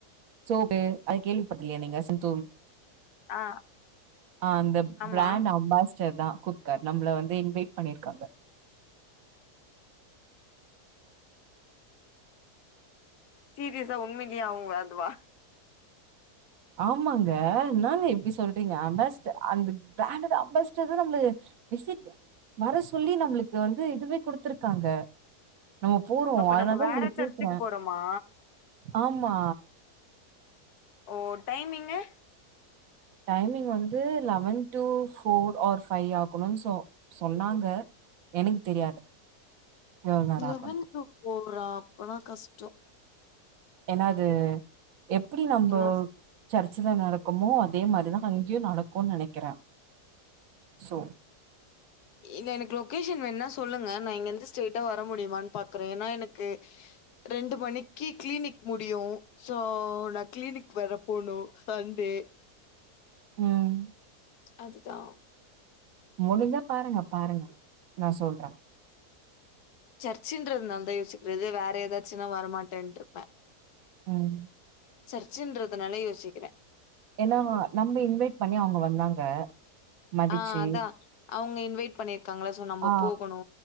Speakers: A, on the right; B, on the left.
A: சோப்பு அத கேள்விப்பட்டதுலையா நீங்க சந்தூர்
B: ஆ
A: அ அந்த
B: ஆமா
A: பிராண்ட் அம்பாஸ் டர்தா <unintelligible> நம்மள வந்து இன்வைட் பண்ணிருக்காங்க
B: சீரியஸா உண்மைலயே அவங்க அதுவா
A: ஆமாங்க என்னாங்க இப்டி சொல்றீங்க அம்பாஸ்டர் அந்த பிராண்டோட அம்பாஸ்டர் தா நம்ப இஸிட் வர சொல்லி நம்ளுக்கு வந்து இதுவே குடுத்துருக்காங்க நம்ம போறோ
B: அப்ப
A: அதனால
B: நம்ம
A: தா
B: வேற
A: உங்கள கேக்றே
B: சர்ச்சுக்கு போறோமா
A: ஆம்மா
B: ஓ டைமிங்கு
A: டைமிங் வந்து eleven two four or five ஆகணுனு சொ சொன்னாங்க எனக் தெரியாது எவ்ளோ நேரம்
B: லெவன்
A: ஆகும்னு.
B: டு போஃரா அப்பனா கஷ்டோ
A: என்னா அது எப்டி நம்போ
B: ஏன்னா
A: சர்ச்சில நடக்குமோ அதே மாரிதா அங்கேயு நடக்குன் நெனைக்கற சோ
B: இல்ல எனக்கு லொகேஷன் வேணுனா சொல்லுங்க நா இங்க இருந்து ஸ்ரெட்டா வர முடியுமான் பாக்குறே ஏனா எனக்கு ரெண்டு மணிக்கு கிளினிக் முடியு சோ நா கிளினிக் வேற போனு சண்டே
A: ம்
B: அதுதா
A: முடிஞ்சா பாருங்க பாருங்க நா சொல்ற
B: சர்ச்சின்றதுனால தா யோசிக்றது வேற ஏதாச்சுனா வரமாட்டேன்ருப்ப
A: ம்
B: சர்ச்சின்றதுனால யோசிக்கிறே
A: ஏன்னா நம்ப இன்வைட் பண்ணி அவ்ங்க வந்தாங்க மதிச்சு
B: ஆ அதா அவ்ங்க இன்வைட் பண்ணியிருக்காங்கள நம்ப
A: ஆ
B: போகணு